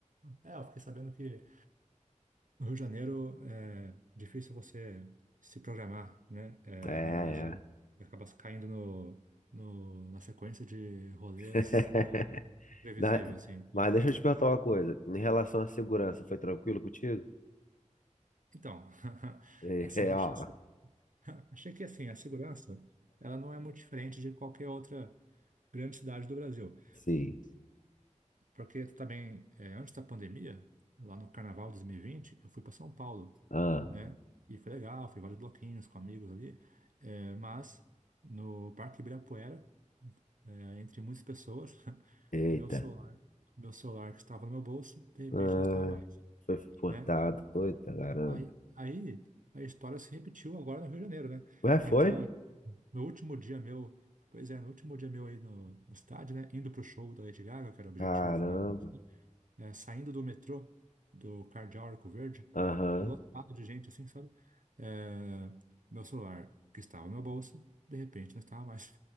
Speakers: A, on the right; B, on the left.
A: É, eu fiquei sabendo que No Rio de Janeiro é difícil você se programar, né? É,
B: É, é.
A: na verdade, você acaba caindo no, no- na sequência de rolês
B: <laughs>
A: é, previsível,
B: Na-
A: assim,
B: Mas
A: né?
B: deixa eu te perguntar uma coisa. Em relação à segurança, foi tranquilo contigo? <laughs>
A: Então, <laughs>
B: É,
A: assim, eu achei,
B: ó.
A: a segu- <laughs> achei que assim, a segurança ela não é muito diferente de qualquer outra grande cidade do Brasil.
B: Sim.
A: Porque também, eh, antes da pandemia, lá no Carnaval de 2020, eu fui para São Paulo,
B: Ah,
A: né? E foi legal, fui em vários bloquinhos com amigos ali, eh, mas no Parque Ibirapuera, eh, entre muitas pessoas, <laughs>
B: eita.
A: meu celular, meu celular que estava no meu bolso, de repente
B: Ah,
A: não estava mais,
B: foi furtado.
A: né?
B: Eita, caramba.
A: Aí, aí a história se repetiu agora no Rio de Janeiro, né?
B: Ué, foi?
A: Então, no último dia meu, pois é, no último dia meu aí no, no estádio, né? Indo pro show da Lady Gaga, que era o objetivo
B: Caramba.
A: final é, saindo do metrô do Cardeal Arco Verde,
B: Aham.
A: lotado de gente assim, sabe? É, meu celular, que estava no meu bolso, de repente não estava mais.